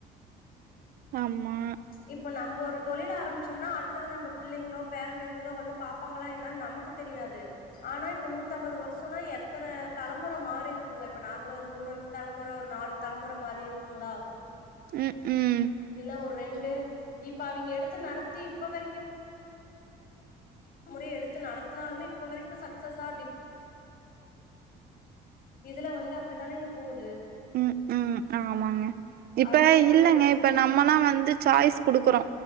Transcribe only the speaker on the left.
இப்ப நம்ப ஒரு தொழில் ஆரமிச்சோம்னா அடுத்தது நம்ப பிள்ளைங்ளோ பேரம்பேத்திங்ளோ வந்து பாப்பாங்களா என்னா நமக்கு தெரியாது ஆனா இப்ப நூத்தம்பது வருஷோன்னா எத்தன தலமொற மாறி இருக்குங்க இப்ப நார்மலா ஒரு மூணு தலமொற ஒரு நாலு தலமொற மாறி இருக்குங்களா
இல்ல ஒரு ரெண்டு இப்ப அவைங்க எடுத்து நடத்தி இப்ப வரைக்கு முறைய எடுத்து நடத்துனாலுமே இப்ப வரைக்கு சக்சஸ்ஸா அப்டி இதுல வந்து அப்படித்தானேங்க போது
அதெல்லாம் ரொம்ப
பெரிய விஷயம்